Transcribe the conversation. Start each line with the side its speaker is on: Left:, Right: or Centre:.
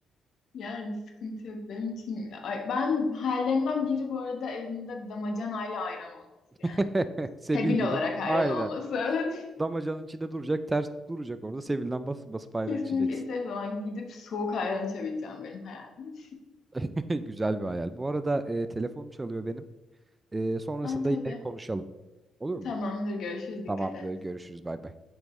Left: Yani sıkıntı yok benim için. Ay, ben hayallerimden biri bu arada evimde damacanayla ayran olması yani.
Right: <laughs> Sebil
Left: Tebil
Right: gibi
Left: olarak ayran
Right: aynen.
Left: olması <laughs> evet.
Right: Damacanın içinde duracak, ters duracak orada. Sebil'den basıp basıp ayran
Left: Kesinlikle
Right: içeceksin.
Left: istediğim zaman gidip soğuk ayran içebileceğim benim hayalim.
Right: <laughs> Güzel bir hayal. Bu arada e, telefonum çalıyor benim. E, sonrasında
Left: Ha, tabii.
Right: yine konuşalım. Olur mu?
Left: Tamamdır görüşürüz
Right: Tamamdır.
Left: dikkat et.
Right: Görüşürüz. Bay bay.